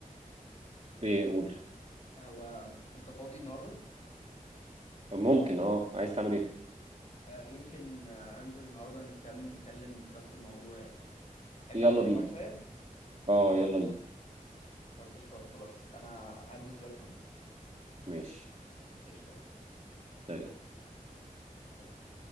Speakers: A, on the right; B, on the left.
A: ايه قول
B: هو أنت فاضي النهاردة؟
A: ممكن اه عايز تعمل ايه
B: آه، يمكن آه، هنزل النهاردة نكمل نتكلم في نفس الموضوع يعني تحب
A: يلا
B: اعدي عليك
A: بينا
B: بعد شويه
A: اه يلا بينا
B: طب قشطات خلاص انا هلبس دلوقتي هنزل
A: ماشي
B: قشطات
A: سلام
B: سلام.